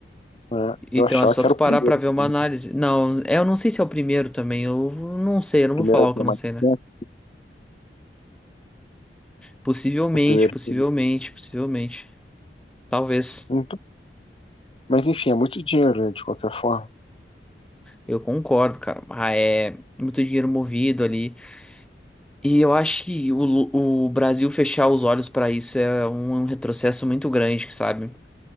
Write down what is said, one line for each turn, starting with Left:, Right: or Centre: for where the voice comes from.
Left: Mas
Centre: Então
Left: Eu achava
Centre: é só
Left: que
Centre: tu
Left: era o
Centre: parar
Left: primeiro,
Centre: pra ver uma
Left: o
Centre: análise. Não, é, eu não sei se é o primeiro também. Eu não sei, eu não vou
Left: primeiro
Centre: falar o
Left: que
Centre: que
Left: é
Centre: eu não
Left: mais
Centre: sei, né?
Left: perto,
Centre: Possivelmente,
Left: o primeiro.
Centre: possivelmente,
Left: que-
Centre: possivelmente. Talvez.
Left: Então, mas enfim, é muito dinheiro, né, de qualquer forma.
Centre: Eu concordo, cara. Ah, é muito dinheiro movido ali. E eu acho que o, Lu- o Brasil fechar os olhos pra isso é um um retrocesso muito grande, sabe?